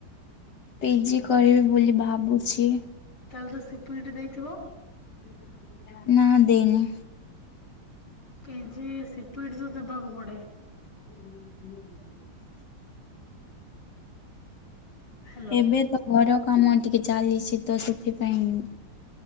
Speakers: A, on the left; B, on the left.
A: ପିଜି କରିବି ବୋଲି ଭାବୁଛି।
B: ତାହେଲେ ତ ସିକ୍ୟୁରିଟି ଦେଇଥିବ।
A: <unintelligible> ନା ଦେଇନି।
B: କେଜି ସିପିଟ୍ସ ଦେବାକୁ ପଡେ।
A: <unintelligible>
B: ହ୍ୟାଲୋ
A: ଏବେ ତ ଘର କାମ ଟିକେ ଚାଲିଛି ତ ସେଥିପାଇଁ